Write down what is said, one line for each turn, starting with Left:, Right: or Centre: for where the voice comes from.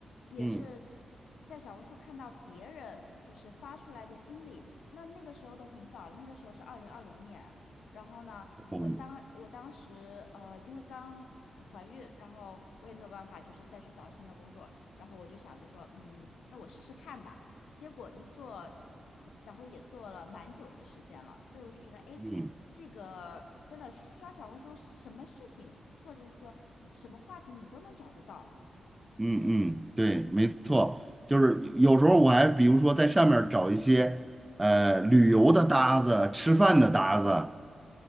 Left: 也是
Right: 嗯
Left: 在小红书看到别人就是发出来的经历，那那个时候都很早了，那个时候是二零二零年，然后呢，
Right: 嗯
Left: 我当我当时呃，因为刚怀孕，然后我也没有办法就是再去找新的工作，然后我就想着说，嗯，那我试试看吧，结果一做。嗯然后也做了蛮久的时间了，所以我就觉得，哎，
Right: 嗯。
Left: 这个真的刷小红书，什么事情或者是说什么话题你都能找得到。
Right: 嗯嗯，对，没错，就是有有时候我还比如说在上面儿找一些呃旅游的搭子、吃饭的搭子，